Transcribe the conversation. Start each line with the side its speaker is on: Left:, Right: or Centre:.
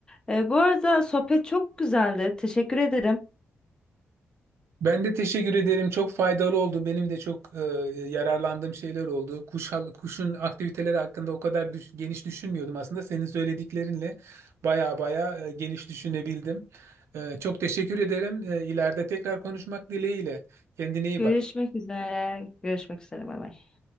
Left: E, bu arada sohbet çok güzeldi. Teşekkür ederim.
Right: Ben de teşekkür ederim. Çok faydalı oldu. Benim de çok e, yararlandığım şeyler oldu. Kuş, kuşun aktiviteleri hakkında o kadar düş- geniş düşünmüyordum aslında. Senin söylediklerinle baya baya e, geniş düşünebildim. E, çok teşekkür ederim. E, ileride tekrar konuşmak dileğiyle. Kendine iyi
Left: Görüşmek
Right: bak.
Left: üzere. Görüşmek üzere. Bay bay.